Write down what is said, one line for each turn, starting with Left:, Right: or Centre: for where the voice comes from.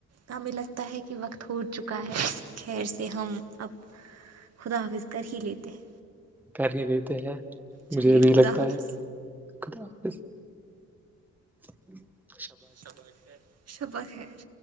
Right: ہمیں لگتا ہے کہ وقت ہو چکا ہے خیر سے ہم اب خدا حافظ کر ہی لیتے ہیں
Centre: کر ہی لیتے ہیں
Right: چلیے
Centre: مجھے بھی
Right: خدا
Centre: لگتا
Right: حافظ
Centre: ہے خدا حافظ ہ <unintelligible>
Right: شب اشار <unintelligible> شبہ خیر